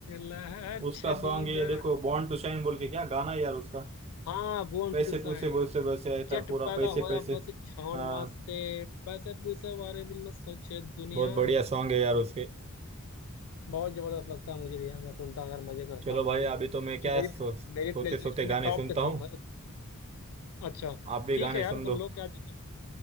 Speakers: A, on the left (about 85°); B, on the right (about 30°).
A: लहर
B: उसका
A: छड़ी
B: सॉन्ग ये
A: दा
B: देखो बॉर्न टू शाइन बोल के क्या गाना है यार उसका
A: हाँ बोन
B: पैसे
A: टू साइन
B: पूसे बोसे वैसे ऐसा
A: जट
B: पूरा
A: पैदा
B: पैसे
A: होया
B: पैसे
A: बस छाउण
B: हाँ
A: वास्ते पैसे पूसे बारे भी लो सोचे दुनिया
B: बहुत बढ़िया सॉन्ग है यार उसके
A: बहुत जबरदस्त लगता है मुझे भी यार मैं सुनता अगर मजे करता
B: चलो
A: हूँ
B: भाई
A: मैं भी
B: अभी तो मैं क्या
A: मेरी
B: सो, सोते
A: मेरी प्लेलिस्ट
B: सोते गाने
A: में टॉप
B: सुनता
A: पे
B: हूँ
A: सॉन्ग है अच्छा
B: आप भी
A: ठीक
B: गाने
A: है यार
B: सुन
A: तुम
B: लो
A: लोग क्या दिक्कत